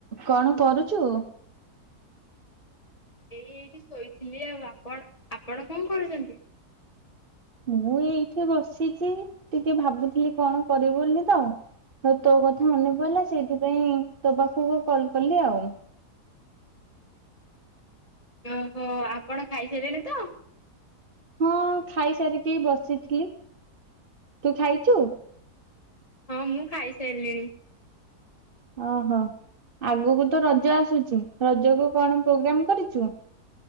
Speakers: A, on the right; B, on the left.
A: କଣ କରୁଛୁ?
B: ଏଇ ଏଇଠି ଶୋଇଥିଲି ଆଉ ଆପଣ ଆପଣ କଣ କରୁଛନ୍ତି?
A: ମୁଁ ଏଇଠି ବସିଛି ଟିକେ ଭାବୁଥିଲି କଣ କରିବି ବୋଲି ତଉ ତୋ କଥା ମନେ ପଡିଲ ସେଇଥିପାଇଁ ତୋ ପାଖକୁ କଲ କଲି ଆଉ।
B: ଓହୋ ଆପଣ ଖାଇସାରିଲେଣି ତ।
A: ହଁ ଖାଇସାରିକି ବସିଥିଲି ତୁ ଖାଇଛୁ?
B: ହଁ ମୁଁ ଖାଇସାରିଲିଣି।
A: ଓହୋ ଆଗକୁ ତ ରଜ ଆସୁଛି ରଜକୁୁ କଣ ପ୍ରୋଗ୍ରାମ କରିଛୁ?